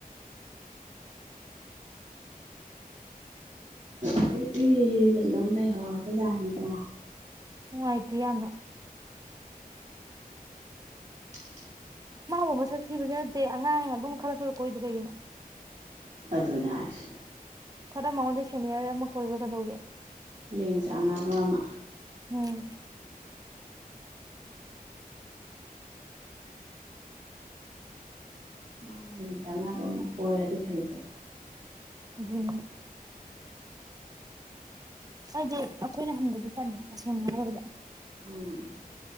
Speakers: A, on the right; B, on the right.
A: ꯑ ꯑꯩꯗꯤ ꯑꯗꯨꯝ ꯂꯩꯍꯧꯔꯕ ꯖꯥꯠꯅꯤꯗꯣ
B: ꯉꯥꯏꯇ ꯌꯥꯝꯅ
A: <unintelligible>
B: ꯃꯥꯕꯨ ꯃꯁꯛ ꯊꯤꯕꯁꯨ ꯅꯠꯇꯦ ꯑꯉꯥꯡ ꯑꯗꯨꯝ ꯈꯜꯂꯂꯛꯀꯣꯗ ꯀꯩꯒꯤꯅꯣ
A: ꯑꯗꯨꯅꯥꯁ
B: ꯈꯔ ꯃꯉꯣꯟꯗ ꯁꯦꯅꯤꯌꯔ ꯑꯃ ꯀꯣꯏꯕꯒꯗꯧꯒꯦ
A: ꯂꯦꯡ ꯆꯥꯟꯅꯕ ꯑꯃ
B: ꯎꯝ
A: ꯃꯥ ꯆꯥꯟꯅꯕ ꯑꯃ ꯀꯣꯏꯔꯗꯤ ꯐꯩꯗꯅ
B: ꯍꯝ ꯍꯥꯏ ꯑꯩꯈꯣꯏꯅ ꯍꯪꯗꯗꯤ ꯀꯥꯟꯗ ꯇꯁꯦꯡꯅ ꯍꯥꯏꯔꯕꯗ
A: ꯎꯝ